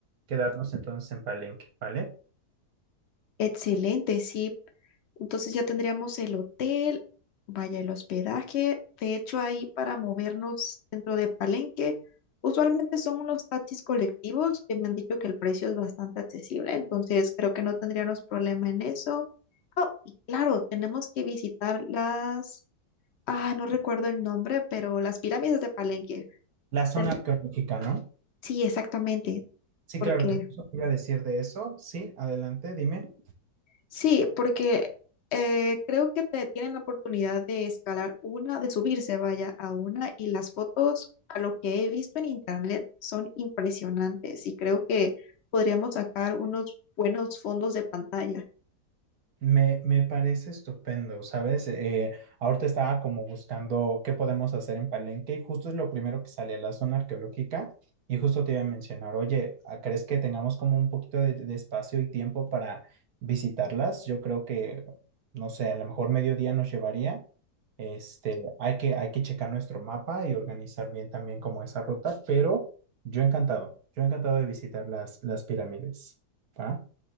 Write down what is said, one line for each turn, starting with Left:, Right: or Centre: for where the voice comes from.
Right: quedarnos entonces en Palenque, ¿vale?
Left: Excelente, sí. Entonces ya tendríamos el hotel, vaya el hospedaje. De hecho, ahí para movernos dentro de Palenque, usualmente son unos taxis colectivos que me han dicho que el precio es bastante accesible, entonces creo que no tendríamos problema en eso. Ah, y claro, tenemos que visitar las, ah, no recuerdo el nombre, pero las pirámides de Palenque.
Right: La zona
Left: Ten-
Right: arqueológica, ¿no?
Left: Sí, exactamente,
Right: Sí,
Left: porque
Right: claro, te justo te iba a decir de eso. Sí, adelante, dime.
Left: Sí, porque eh, creo que te tienen la oportunidad de escalar una, de subirse, vaya, a una, y las fotos, a lo que he visto en internet, son impresionantes y creo que podríamos sacar unos buenos fondos de pantalla.
Right: Me, me parece estupendo, ¿sabes? Eh, ahorita estaba como buscando qué podemos hacer en Palenque y justo es lo primero que sale, la zona arqueológica. Y justo te iba a mencionar, oye, ¿a- ¿crees que tengamos como un poquito de, de espacio y tiempo para visitarlas? Yo creo que, no sé, a lo mejor mediodía nos llevaría. Este, hay que, hay que checar nuestro mapa y organizar bien también como esa ruta, pero yo encantado, yo encantado de visitar las, las pirámides. ¿va?